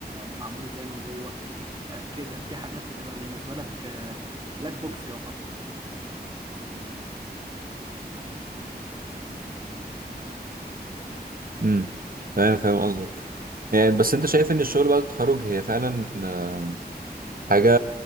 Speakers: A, on the right; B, on the right.
A: معمول ازاي من جوه آه، كده في حاجات بتبقى بالنسبه لك بلاك بوكس يعتبر
B: امم فاهم فاهم قصدك يعني بس انت شايف ان الشغل بعد التخرج هي فعلا آه، حاجه